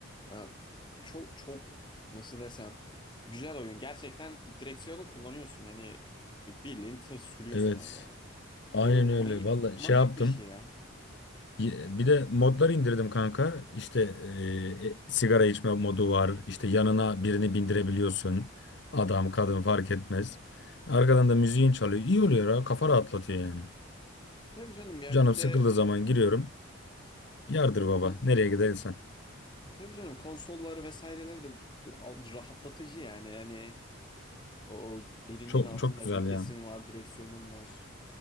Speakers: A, on the left; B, on the left.
A: Ya çok çok nasıl desem güzel oyun. Gerçekten direksiyonu kullanıyorsun. Hani bildiğin tır sürüyorsun
B: Evet.
A: orada.
B: Aynen
A: Bu many
B: öyle. Valla
A: manyak
B: şey yaptım.
A: bir şey ya.
B: Y- Bir de modlar indirdim kanka. İşte e, e, sigara içme modu var. İşte yanına birini bindirebiliyorsun. Adam, kadın fark etmez. Arkadan da müziğin çalıyor. İyi oluyor ha. Kafa rahatlatıyor yani.
A: Tabii canım ya
B: Canım
A: bir de
B: sıkıldığı zaman giriyorum. Yardır baba.
A: kon
B: Nereye gidersen.
A: tabii canım konsolları vesaireleri de rahatlatıcı yani. Yani O elinin
B: Çok
A: altında
B: çok güzel
A: vitesin
B: ya.
A: var, direksiyonun var.